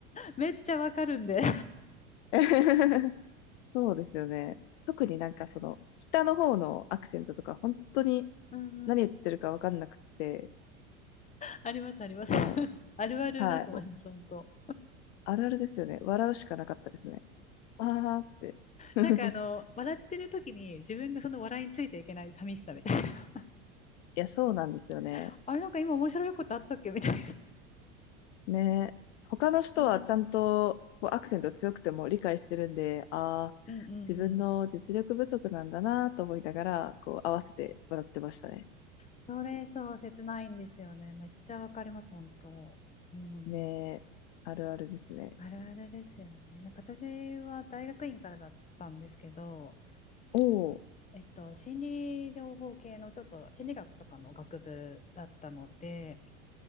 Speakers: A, on the left (about 20°); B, on the left (about 60°).
A: めっちゃわかるんで。
B: <laughs> そうですよね。特になんかその、下の方のアクセントとか、本当に
A: うんうん。
B: 何言ってるかわかんなくって、
A: ありますあります。
B: も
A: <laughs> あるあるだと思います、
B: う、はい、
A: 本当。
B: あるあるですよね。笑うしかなかったですね。あーって。<laughs>
A: なんかあの、笑ってる時に自分がその笑いについていけない寂しさみたいな。
B: いや、そうなんですよね。
A: <laughs> あれなんか今面白いことあったっけみたい
B: ね。他の人はちゃんと、
A: な。<laughs> うん
B: こう、アクセント強くても理解してるんで、あー、
A: うんうんうん。
B: 自分の実力不足なんだなと思いながら、こう、合わせて笑ってましたね。
A: それそう、切ないんですよね。めっちゃわかります、本当。うん。
B: ねえ、あるあるですね。
A: あるあるですよね。なんか私は大学院からだったんですけど、
B: お
A: えっと、心理療法系のちょっと心理学とかの学部だったので、